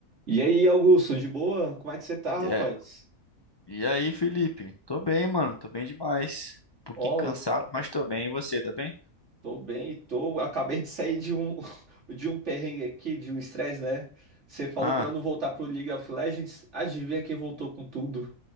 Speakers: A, on the right (about 55°); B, on the left (about 35°).
A: E aí, Augusto, de boa? Como é que você tá, rapaz?
B: E é- e aí, Felipe? Tô bem, mano. Tô bem demais. Um pouquinho
A: Ó,
B: cansado,
A: eu
B: mas tô bem. E você, tá bem?
A: tô bem, tô. Acabei de sair de um <laughs> de um perrengue aqui, de um estresse, né? Você falou
B: Ah,
A: pra eu não voltar pro League of Legends. Adivinha quem voltou com tudo?